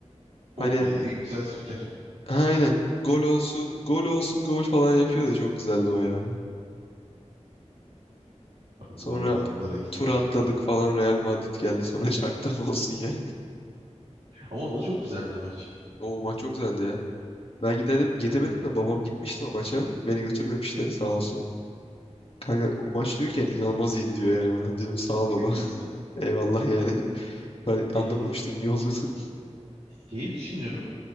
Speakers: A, on the left (about 50°); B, on the right (about 65°).
A: Hani
B: Ho- e, en güzel spiker.
A: ha, aynen gol olsun gol olsun gol falan yapıyordu. Çok güzeldi o ya.
B: Abi
A: Sonra
B: valla anılara gitti
A: Tur
B: ki.
A: atladık falan Real Madrid geldi sonra <laughs> şaktan olsun ya.
B: Ama o da çok güzeldi o maç.
A: O maç çok güzeldi ya. Ben gidelim, gidemedim de babam gitmişti o maça. Beni götürmemişti sağ olsun. Kanka o maç diyorken inanılmaz iyiydi diyor yani bana. Diyorum sağ ol baba.
B: <laughs>
A: <laughs> Eyvallah yani. Ben anlamamıştım
B: Ee,
A: iyi olduğunu. <laughs>
B: şeyi düşünüyorum.